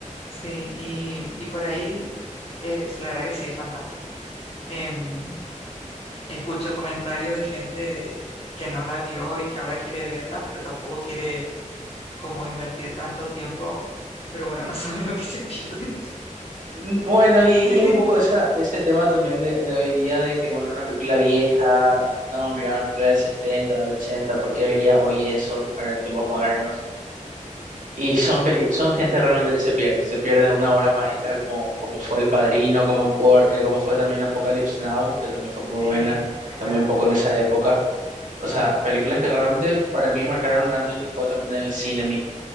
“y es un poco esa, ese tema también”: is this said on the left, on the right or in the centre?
Right